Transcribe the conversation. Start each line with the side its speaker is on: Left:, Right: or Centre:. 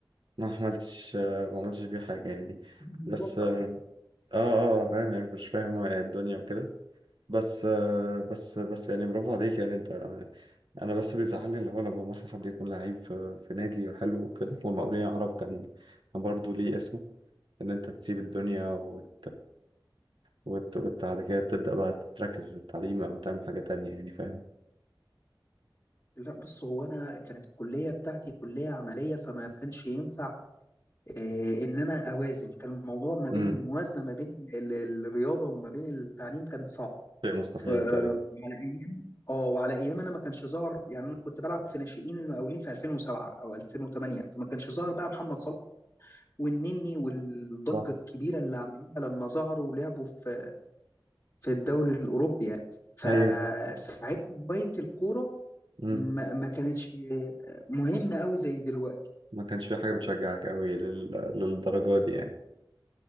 Right: ما عملتش ما عملتش بيه حاجه يعني
Left: الموضوع
Right: بس اه
Left: صعب.
Right: اه آه، فاهم يعني مش فاهم الدنيا وكده بس آه بس بس يعني برافو عليك يعني انت انا بس بيزعلني اللي هو لما مثلا حد يكون لعيب في, في نادي حلو وكده والمقاولين العرب كان كان برضه ليه اسمه ان انت تسيب الدنيا وت... وت... وت... بعد كده تبدا بقى تركز في التعليم او تعمل حاجه تانية يعني فاهم
Left: لا بص هو أنا كانت الكلية بتاعتي كلية عملية فما كانش ينفع آه، إن أنا أوازن كان الموضوع ما بين
Right: امم
Left: الموازنة ما بين ال- الرياضة وما بين التعليم كانت صعبة
Right: شيء مستحيل
Left: ف وعلى
Right: تقريبا
Left: ايام اه وعلى ايام انا ما كانش ظهر يعني انا كنت بلعب في ناشئين المقاولين في 2007 او 2008 فما كانش ظهر بقى محمد صلاح والنني والضجه
Right: صح
Left: الكبيره اللي عملوها لما ظهروا ولعبوا في في الدوري الاوروبي يعني فساعتها
Right: ايوه
Left: هوايه الكوره
Right: مم.
Left: ما ما كانتش مهمه قوي زي دلوقتي
Right: ما كانش في حاجة بتشجعك قوي لل... للدرجة دي يعني